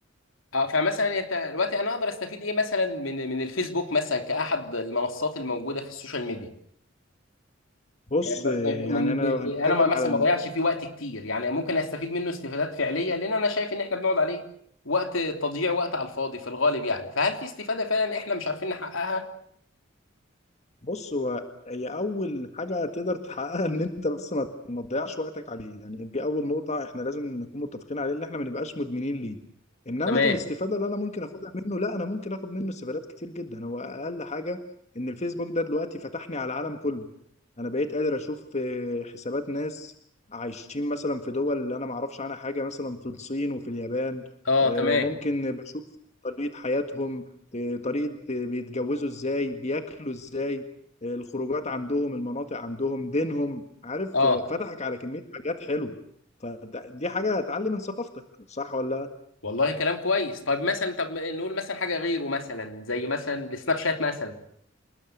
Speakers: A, on the left; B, on the left.
A: اه فمثلا انت دلوقتي انا اقدر استفيد ايه مثلا من من الفيسبوك مثلا كأحد المنصات الموجودة في السوشيال ميديا
B: بص
A: آه، ب- ب- من
B: يعني انا
A: ب-
B: لو
A: ب-
B: هنتكلم
A: انا ما- مثلا
B: على
A: ما بضيعش فيه وقت كتير يعني ممكن استفيد منه استفادات فعلية لان انا شايف ان احنا بنقعد عليه وقت تضييع وقت على الفاضي في الغالب يعني فهل في استفادة فعلا احنا مش عارفين نحققها
B: بص هو هي اول حاجه تقدر تحققها ان انت بس ما ما تضيعش وقتك عليه يعني دي اول نقطه احنا لازم نكون متفقين عليه ان احنا ما نبقاش مدمنين ليه انما
A: تمام
B: الاستفاده اللي انا ممكن اخدها منه لا انا ممكن اخد منه استفادات كتير جدا هو اقل حاجه ان الفيسبوك ده دلوقتي فتحني على العالم كله انا بقيت قادر اشوف آه، حسابات ناس عايشين مثلا في دول انا ما اعرفش عنها حاجه مثلا في الصين وفي اليابان
A: اه
B: آه،
A: تمام
B: ممكن بشوف طريقه حياتهم آه، طريقه آه، بيتجوزوا ازاي بياكلوا ازاي الخروجات عندهم المناطق عندهم دينهم عارف
A: اه
B: فتحك على كمية حاجات حلوة فدي حاجة اتعلم من ثقافتك صح ولا
A: والله كلام كويس طيب مثلا طب نقول مثلا حاجه غيره مثلا زي مثلا السناب شات مثلا